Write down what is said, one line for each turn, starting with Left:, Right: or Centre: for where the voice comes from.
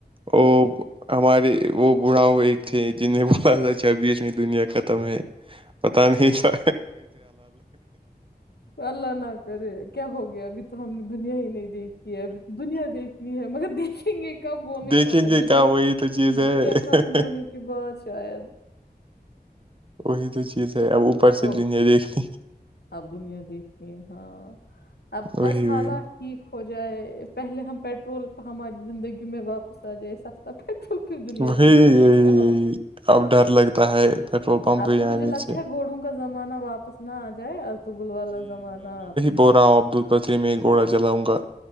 Right: وہ ہمارے وہ بوڑھا وہ ایک تھے جنیں بولا تھا چھبیسویں دنیا کا تمہیں پتا نہیں تھا
Left: اللہ نہ کرے کیا ہو گیا ابھی تو ہم نے دنیا ہی نہیں دیکھی یہ بھی تو دنیا دیکھنی ہے مگر دیکھیں گے کب وہ نہیں
Right: دیکھیں
Left: پتا
Right: گے
Left: دنیا
Right: کہاں وہی تو چیز ہے
Left: دنیا ختم ہونے کے بعد شاید
Right: وہی تو چیز ہے اب اوپر سے
Left: او
Right: دنیا دیکھنی
Left: اب دنیا دیکھے ہاں اب بس
Right: وہی
Left: حالک
Right: وہی
Left: ٹھیک ہو جائے پہلے ہم پیٹرول ہماری زندگی میں واپس آ جائے ت پھرٹل پھر دنیا
Right: وہی
Left: دیکھیں
Right: یہی
Left: گے
Right: یہی
Left: ہم
Right: اب ڈر لگتا ہے پیٹرول پمپ
Left: اب
Right: پہ
Left: تو مجھے
Right: آنے
Left: لگ
Right: سے
Left: اچھا گھوڑوں کا زمانہ واپس نہ آ جائے ارطغل والا زمانہ
Right: تو راؤ عبد الفتری میں ایک گھوڑا جلاؤں گا